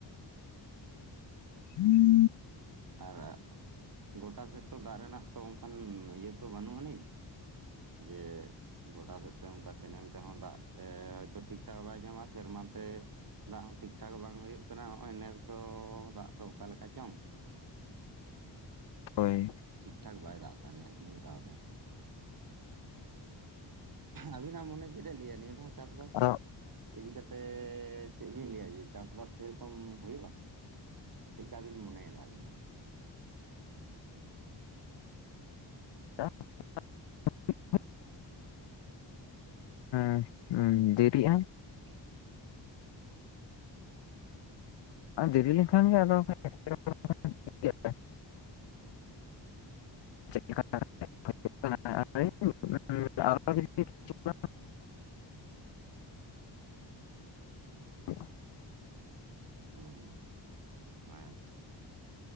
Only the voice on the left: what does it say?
<inaudible>
<inaudible> ᱦᱳᱭ!
ᱟᱫᱚ
<unintelligible> <unintelligible> <unintelligible> ᱮᱸ ᱫᱮᱨᱤᱜᱼᱟ᱾
ᱫᱮᱨᱤ ᱞᱮᱱᱠᱷᱟᱱ ᱜᱮ ᱟᱫᱚ <unintelligible> <unintelligible> <inaudible>